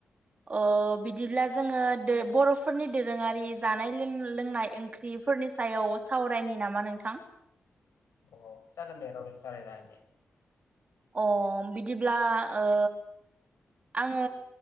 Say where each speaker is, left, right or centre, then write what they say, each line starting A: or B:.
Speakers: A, on the right (about 30°); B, on the left (about 80°).
A: अ' बिदिब्ला जोङो दे बर'फोरनि दोरोङारि जानाय लों लोंनाय ओंख्रिफोरनि सायाव सावरायनि नामा नोंथां
B: अ जागोन दे <unintelligible>
A: अ' बिदिब्ला ओ आङो